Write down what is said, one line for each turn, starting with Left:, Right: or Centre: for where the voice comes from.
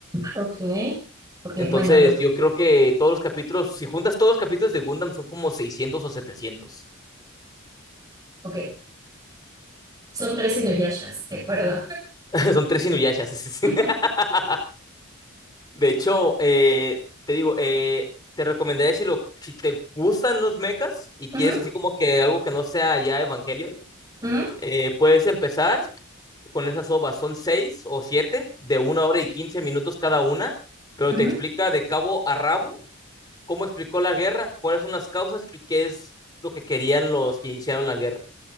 Right: Ok. Ok,
Left: Entonces,
Right: bueno, lo,
Left: yo creo que todos los capítulos, si juntas todos los capítulos de Gundam, son como seiscientos o setecientos
Right: ok. Son tres Inuyashas, de acuerdo.
Left: <laughs> Son tres Inuyashas.
Right: <laughs>
Left: <laughs> De hecho, eh, te digo, eh, te recomendaría si, lo, si te gustan los mechas y
Right: Ujú,
Left: quieres así como que algo que no sea ya Evangelion,
Right: ujú,
Left: eh, puedes empezar con esas ovas. Son seis o siete de una hora y quince minutos cada una, pero
Right: ujú.
Left: te explica de cabo a rabo cómo explicó la guerra, cuáles son las causas y qué es lo que querían los que iniciaron la guerra.